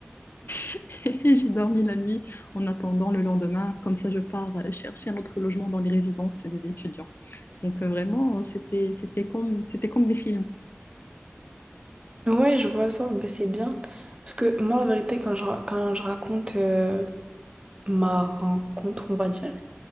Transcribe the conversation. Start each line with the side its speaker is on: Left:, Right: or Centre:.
Left: <laughs> et j'ai dormi la nuit en attendant le lendemain. Comme ça, je pars euh, chercher un autre logement dans les résidences des étudiants. Donc euh, vraiment, euh, c'était c'était comme c'était comme des films.
Right: Ouais, je vois ça, ben, c'est bien. Parce que moi, en vérité, quand je, ra- quand je raconte euh, ma rencontre, on va dire,